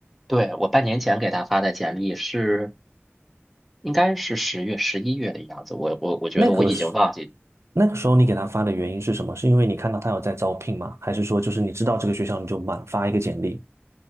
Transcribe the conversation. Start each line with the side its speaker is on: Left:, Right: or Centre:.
Centre: 对，我半年前给他发的简历是。应该是十月、十一月的样子，我我我觉得我已经忘记
Right: 那个是那个时候你给他发的原因是什么？是因为你看到他有在招聘吗？还是说就是你知道这个学校你就满发一个简历？